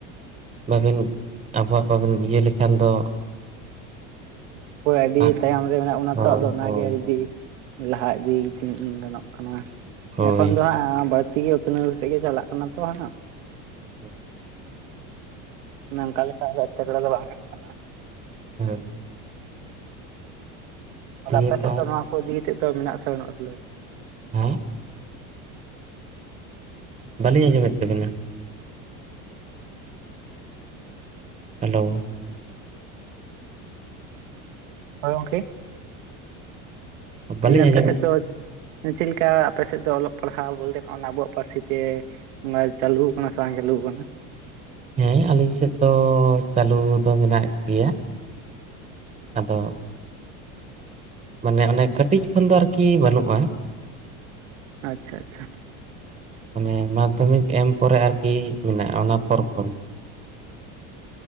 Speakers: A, on the right (about 20°); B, on the right (about 80°).
A: ᱵᱟᱵᱤᱱ ᱟᱵᱚᱣᱟᱜ ᱵᱟᱵᱤᱱ ᱤᱭᱟᱹ ᱞᱮᱠᱷᱟᱱ ᱫᱚ
B: ᱚᱭ ᱟᱹᱰᱤ
A: ᱵᱟᱝ
B: ᱛᱟᱭᱚᱢ ᱨᱮ ᱢᱮᱱᱟᱜ ᱵᱚᱱᱟ
A: ᱦᱳᱭ
B: ᱛᱚ ᱟᱫᱚ ᱚᱱᱟᱜᱮ
A: ᱦᱳᱭ
B: ᱡᱩᱫᱤ ᱞᱟᱦᱟ ᱤᱫᱤ ᱛᱤᱱᱟᱹᱜ ᱜᱟᱱᱚᱜ ᱠᱟᱱᱟ
A: ᱦᱳᱭ
B: ᱮᱠᱷᱚᱱ ᱫᱚ ᱦᱟᱸᱜ ᱵᱟᱹᱲᱛᱤ ᱜᱮ ᱩᱛᱱᱟᱹᱣ ᱥᱮᱜ ᱜᱮ ᱪᱟᱞᱟᱜ ᱠᱟᱱᱟ ᱛᱚ ᱦᱟᱸᱜ
A: ᱦ
B: ᱱᱚᱝᱠᱟ ᱞᱮᱠᱷᱟ ᱫᱚ <unintelligible> ᱵᱟᱝ ᱠᱟᱱᱟ
A: ᱦᱮᱸ
B: ᱟᱫᱚ
A: ᱫᱤᱭᱮ
B: ᱟᱯᱮ
A: ᱛᱟᱦᱚᱞᱮ
B: ᱥᱮᱫ ᱫᱚ ᱱᱚᱣᱟ ᱠᱚ ᱤᱫᱤ ᱠᱟᱛᱮᱫ ᱫᱚ ᱢᱮᱱᱟᱜᱥᱮ ᱵᱟᱹᱱᱩᱜ ᱠᱷᱮ <unintelligible>
A: ᱦᱮᱸ ᱵᱟᱹᱞᱤᱧ ᱟᱸᱡᱚᱢᱮᱫ ᱛᱟᱵᱤᱱᱟ ᱦᱮᱞᱳ
B: ᱦᱳᱭ ᱜᱚᱝᱠᱮ
A: ᱵᱟᱹᱞᱤᱧ
B: ᱟᱯᱮ
A: ᱟᱸᱡᱚᱢᱮᱫ
B: ᱥᱮᱫ ᱫᱚ ᱪᱮᱫᱮᱞᱠᱟ ᱟᱯᱮ ᱥᱮᱫ ᱫᱚ ᱚᱞᱚᱜ ᱯᱟᱲᱦᱟᱣ ᱵᱚᱞᱛᱮᱼᱱᱟ ᱟᱵᱚᱣᱟᱜ ᱯᱟᱹᱨᱥᱤ ᱛᱮ ᱚᱱᱟ ᱪᱟᱹᱞᱩ ᱟᱠᱟᱱᱟ ᱥᱮ ᱵᱟᱝ ᱪᱟᱹᱞᱩ ᱟᱠᱟᱱᱟ
A: ᱦᱮᱸ ᱟᱹᱞᱮ ᱥᱮᱫ ᱫᱚ ᱪᱟᱹᱞᱩ ᱫᱚ ᱢᱮᱱᱟᱜ ᱜᱮᱭᱟ ᱟᱫᱚ ᱢᱟᱱᱮ ᱚᱱᱮ ᱠᱟᱹᱴᱤᱡ ᱠᱷᱚᱱ ᱫᱚ ᱟᱨᱠᱤ ᱵᱟᱹᱱᱩᱜᱼᱟ
B: ᱟᱪᱪᱷᱟ ᱟᱪᱪᱷᱟ
A: ᱢᱟᱱᱮ ᱢᱟᱫᱽᱫᱷᱚᱢᱤᱠ ᱮᱢ ᱯᱚᱨᱮ ᱟᱨᱠᱤ ᱢᱮᱱᱟᱜᱼᱟ ᱚᱱᱟ ᱯᱚᱨ ᱠᱷᱚᱱ